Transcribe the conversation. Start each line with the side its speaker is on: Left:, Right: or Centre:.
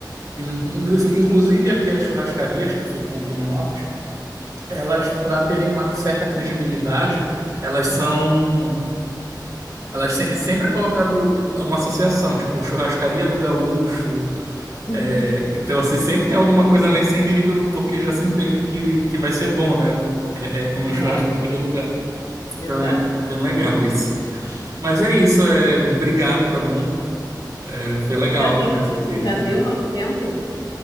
Right: Sim. Inclu- Inclusive aqui as churrascarias que ficam aqui no norte. elas, para terem uma certa credibilidade, elas são. Elas se- sempre é colocado uma associação, tipo churrascaria do gaúcho.
Left: <laughs>
Right: é, então, assim, sempre tem alguma coisa nesse sentido, porque já se entende que, que vai ser bom, né? É, é comer
Left: Exato,
Right: um churrasco naquele lugar.
Left: exato.
Right: Então é, é bem legal isso. Mas é isso, é, obrigado, tá bom? É, foi
Left: Eu
Right: legal
Left: que agradeço.
Right: a conversa aqui.
Left: Já deu nosso tempo?